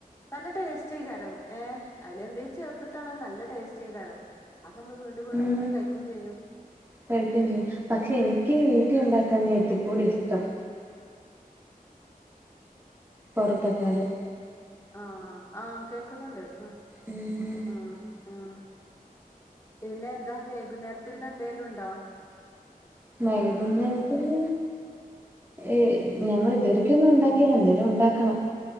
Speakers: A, on the left (about 20°); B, on the right (about 15°).
A: നല്ല ടേസ്റ്റികരം ഏഹ് അയില് എന്തേലും ചേർത്തിട്ടാണ് നല്ല ടേ ചെയ്ക്കാരം അപ്പ നമ്മള് വീണ്ടും വീണ്ടും
B: ഉം
A: ഇങ്ങനെ കഴിക്കും ചെയ്യും
B: കഴിക്കുകയും ചെയ്യും പക്ഷെ എനിക്ക് വീട്ടിൽ ഒണ്ടാക്ക്ന്നേ ഇത്തി കൂടി ഇഷ്ടം പൊറത്തക്കാലും
A: ആഹ് ആഹ് കേക്ക്ന്നുണ്ട് ഉം
B: ഉം
A: ആഹ് ആഹ് പിന്നെ എന്താ വൈകുന്നേരത്തിക്ന് എന്തേലും ഇണ്ടോ
B: വൈകുന്നേരത്തിന് ഏയ് ഞങ്ങള് ഇത് വരേക്കും ഒന്നും ഒണ്ടാക്കീല്ല എന്തേലും ഒണ്ടാക്കണം